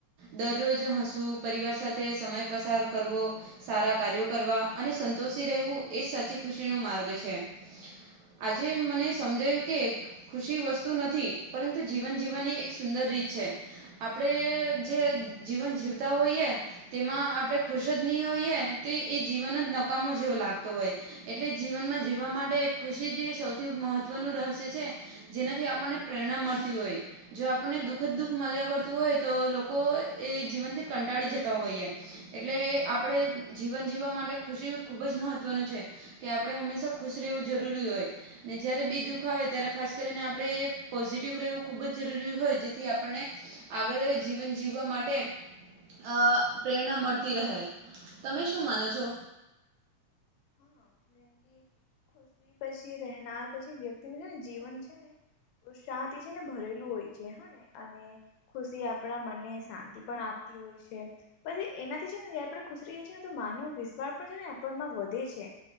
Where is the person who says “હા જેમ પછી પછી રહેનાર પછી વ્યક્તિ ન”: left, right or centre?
Left